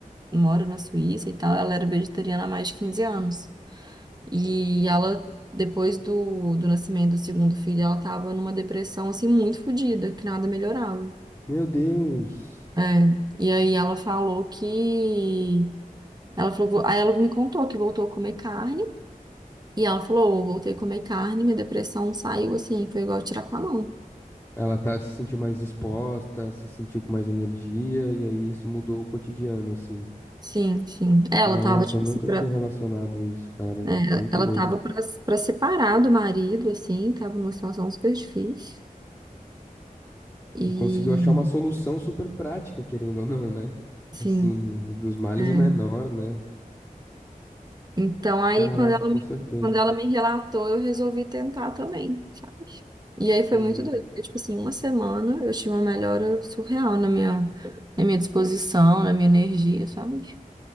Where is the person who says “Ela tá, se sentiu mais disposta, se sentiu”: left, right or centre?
Left